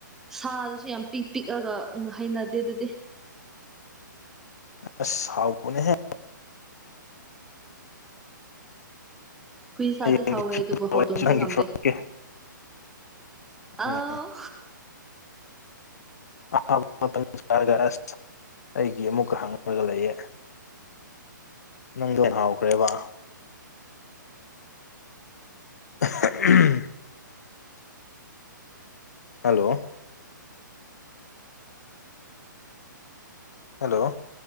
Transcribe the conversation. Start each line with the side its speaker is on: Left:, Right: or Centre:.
Centre: ꯁꯥꯗꯨꯁꯨ ꯌꯥꯝ ꯄꯤꯛ ꯄꯤꯛꯑꯒ ꯍꯩꯅꯗꯦ ꯑꯗꯨꯗꯤ
Left: ꯑꯁ ꯍꯥꯎꯕꯅꯦ ꯍꯦ
Centre: ꯍꯨꯏ ꯁꯥꯥꯗꯤ
Left: ꯍꯌꯦꯡꯒꯤ
Centre: ꯍꯥꯎꯋꯦ ꯑꯗꯨꯕꯨ ꯍꯥꯎꯗꯣꯡꯗꯤ
Left: ꯅꯪꯒꯤ
Centre: ꯉꯝꯗꯦ
Left: ꯄꯨꯔꯛꯀꯦ
Centre: ꯑꯥꯎ
Left: ꯎꯝ ꯑꯍꯥꯕ ꯃꯇꯝ <unintelligible> ꯆꯥꯔꯒ ꯑꯁ <inaudible> ꯑꯩꯒꯤ ꯑꯃꯨꯛꯀ ꯍꯪꯉꯥꯒ ꯂꯩꯌꯦII ꯅꯪ <unintelligible> ꯗꯣ ꯍꯥꯎꯈ꯭ꯔꯦꯕꯥ ꯑ ꯍ ꯎꯝꯝ ꯍꯜꯂꯣ? ꯍꯜꯂꯣ?